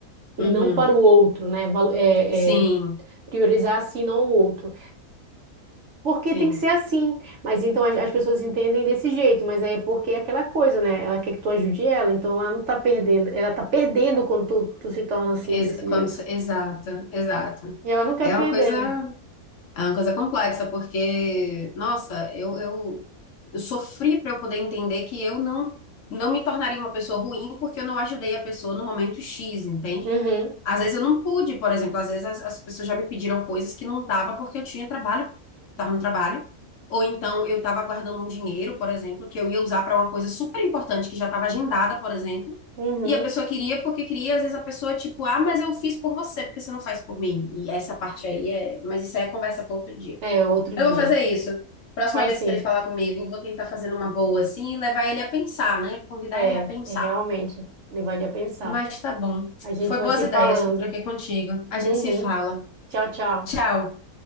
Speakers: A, on the right; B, on the left.
A: e
B: uhum,
A: não para o outro, né? Valo- é,
B: sim,
A: é, priorizar a si, não o outro. Porque
B: sim,
A: tem que ser assim. Mas então as, as pessoas entendem desse jeito, mas é porque é aquela coisa, né? Ela quer que tu ajude ela, então ela não tá perdendo. Ela tá perdendo quando tu, tu se torna assim,
B: Ex-
A: desse jeito.
B: quando, você- exato, exato.
A: E ela não quer
B: É
A: perder,
B: uma coisa
A: né?
B: É uma coisa complexa, porque, nossa, eu, eu, eu sofri para eu poder entender que eu não, não me tornaria uma pessoa ruim porque eu não ajudei a pessoa no momento X, entende?
A: Uhum,
B: Às vezes eu não pude, por exemplo, às vezes as, as pessoas já me pediram coisas que não dava porque eu tinha trabalho, estava no trabalho, ou então eu estava guardando um dinheiro, por exemplo, que eu ia usar para uma coisa super importante que já estava agendada, por exemplo,
A: uhum.
B: e a pessoa queria porque queria, às vezes a pessoa tipo, ah, mas eu fiz por você, porque você não faz por mim. E essa parte aí é, mas isso aí é conversa para outro dia.
A: É, outro
B: Eu
A: dia.
B: vou fazer isso. Próxima
A: Faz
B: vez
A: sim.
B: que ele falar comigo, eu vou tentar fazer numa boa assim e levar ele a pensar, né? Convidar
A: É,
B: ele a pensar.
A: é realmente. Levaria a pensar.
B: Mas tá bom.
A: A gente
B: Foi
A: vai
B: boas
A: se
B: ideias
A: falando.
B: que eu troquei contigo. A gente
A: Uhum.
B: se fala.
A: Tchau, tchau.
B: Tchau.